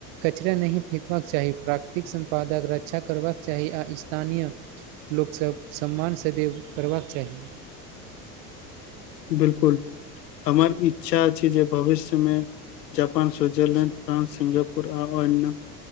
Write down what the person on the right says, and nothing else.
कचरा नहि फेेकबाक चाही प्राकृतिक सम्पादक रक्षा करबाक चाही आ स्थानीय लोकसभ सम्मान स देव करबाक चाही